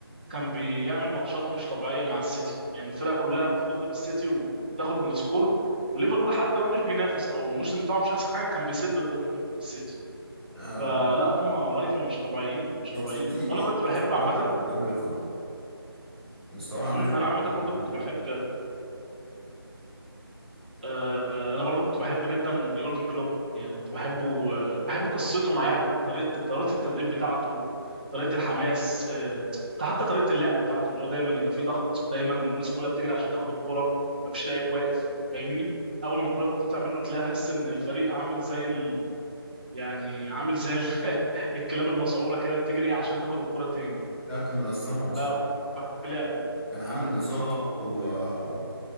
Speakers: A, on the right; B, in the centre.
A: كان بيعمل ماتشات مش طبيعيه مع السيتي يعني الفرقه كلها بتيجي قدام السيتي وتاخد بالسكور وليفربول حتى لو مش بينافس او الموسم بتاعه مش احسن حاجه كان بيسد قدام السيتي
B: آه،
A: فلا هم رايفل مش طبيعيين مش طبيعيين
B: السيتي
A: وانا كنت بحب
B: السيتي
A: عامه
B: ايه دلوقتي قدام ليفر مستواه عامل
A: مم،
B: ازاي
A: انا عامه
B: دلوقتي
A: برضو
B: قدام
A: كنت
B: ليفر
A: بحب آه، انا برضو كنت بحب جدا يورجن كلوب يعني كنت بحبه آه، بحب قصته معاهم طريقه طريقه التدريب بتاعته طريقه الحماس آم، حتى طريقه اللعب بتاعته اللي هو دايما يبقى فيه ضغط دايما الناس كلها بتجري عشان تاخد الكوره مفيش لعيب واقف فاهمني اول ما الكوره بتقطع منه تلاقي احس ان الفريق عامل زي ال... يعني عامل زي ال... <laughs> الكلاب المسعوره كده بتجري عشان تاخد الكوره تاني
B: لا كان منظمهم صح
A: ف- لعب
B: كان عامل نظام
A: اه
B: كده
A: اه
B: و...